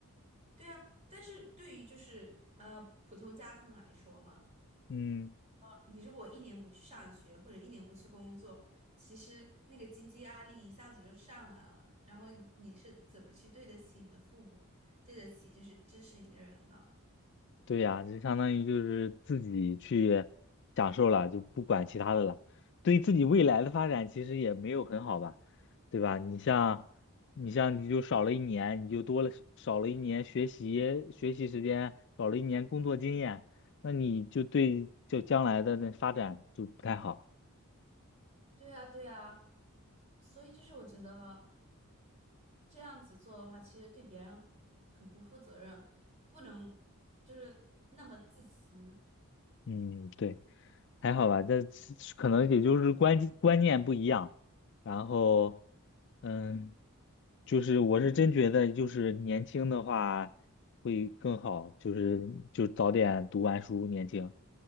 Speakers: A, on the right; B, on the left.
A: 对啊，但是对于就是呃普通家庭来说嘛，
B: 嗯，
A: 你如果一年不去上学或者一年不去工作，其实那个经济压力一下子就上来了，然后你你是怎么去对得起你的父母，对得起就是支持你的人呢？
B: 对呀，就相当于就是自己去享受了，就不管其他的了。对自己未来的发展其实也没有很好吧，对吧？你像，你像你就少了一年，你就多了少了一年学习学习时间，少了一年工作经验，那你就对就将来的那发展就不太好。
A: 对啊，对啊，所以就是我觉得。这样子做的话，其实对别人很不负责任，不能就是那么自私。
B: 嗯，对，还好吧，这可能也就是观观念不一样，然后，嗯，就是我是真觉得，就是年轻的话会更好，就是就早点读完书，年轻。